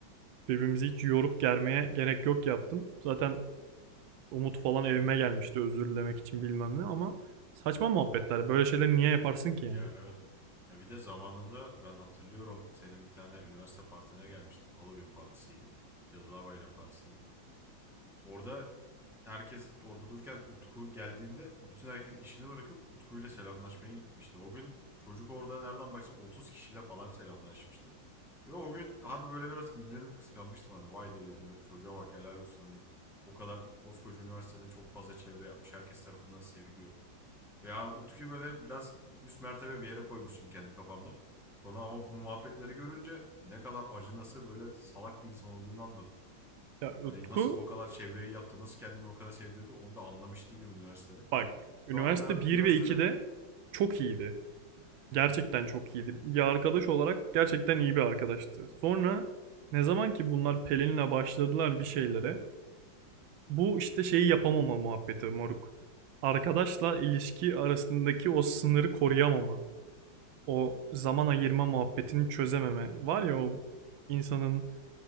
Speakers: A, on the right; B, in the centre.
A: birbirimizi hiç yorup germeye gerek yok yaptım. Zaten Umut falan evime gelmişti özür dilemek için bilmem ne ama saçma muhabbetler. Böyle şeyleri niye yaparsın
B: Ya
A: ki yani?
B: evet. Ya bir de zamanında ben hatırlıyorum senin bir tane üniversite partine gelmiştim. Halloween partisiydi. Cadılar Bayramı partisiydi. Orada herkes orada dururken Utku geldiğinde bütün herkes işini bırakıp Utku'yla selamlaşmaya gitmişti. O gün çocuk orada nereden baksan 30 kişiyle falan selamlaşmıştı. Ve o gün harbi böyle biraz imrenip kıskanmıştım hani vay dedim çocuğa bak helal olsun hani o kadar koskoca üniversitede çok fazla çevre yapmış herkes tarafından seviliyor. Veya Utku'yu böyle biraz üst mertebe bir yere koymuştum kendi kafamda. Sonra ama bu muhabbetleri görünce ne kadar acınası böyle salak bir insan olduğunu anladım.
A: Ya
B: Hani
A: Utku
B: nasıl o kadar çevreyi yaptı, nasıl kendini o kadar sevdirdi onu da anlamış değilim üniversitede.
A: bak
B: Şu
A: üniversite
B: anda
A: bir
B: üniversiteden
A: ve 2'de çok iyiydi. Gerçekten çok iyiydi. Bir arkadaş olarak gerçekten iyi bir arkadaştı. Sonra ne zaman ki bunlar Pelin'le başladılar bir şeylere bu işte şeyi yapamama muhabbeti moruk. Arkadaşla ilişki arasındaki o sınırı koruyamama. O zaman ayırma muhabbetini çözememe. Var ya o insanın